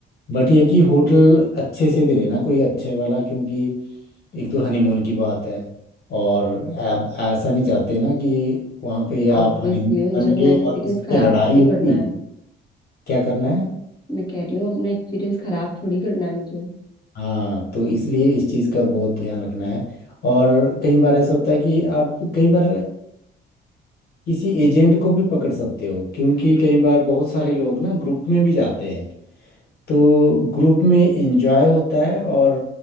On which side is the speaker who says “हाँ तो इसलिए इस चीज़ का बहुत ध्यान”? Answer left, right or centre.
Left